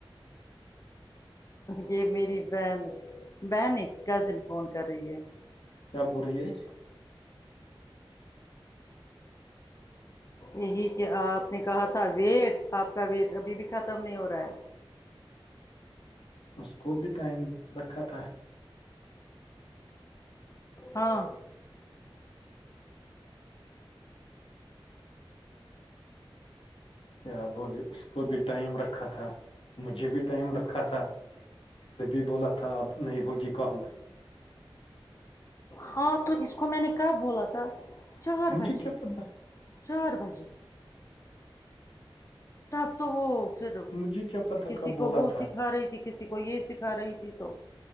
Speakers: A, on the left; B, on the left.
A: یہ میری بہن بہن نہیں کزن فون کر رہی ہے
B: کیا بور رہی ہے
A: یہی کہ آپ نے کہا تھا ویٹ آپ کا ویٹ ابھی بھی ختم نہیں ہو رہا ہے
B: اس کو بھی ٹائم رکھا تھا
A: ہاں
B: کیا بولے اس کو بھی ٹائم رکھا تھا مجھے بھی ٹائم رکھا تھا تبھی بولا تھا اب نہیں ہوگی کال
A: ہاں تو اس کو میں نے کب بولا تھا چار
B: مجھے
A: بجے
B: کیا پتا
A: چار بجے تب تو وہ پھر
B: مجھے کیا پتا
A: کسی
B: کب بولا
A: کو وہ
B: تھا
A: سکھا رہی تھی یہ کسی کو یہ سکھا رہی تھی تو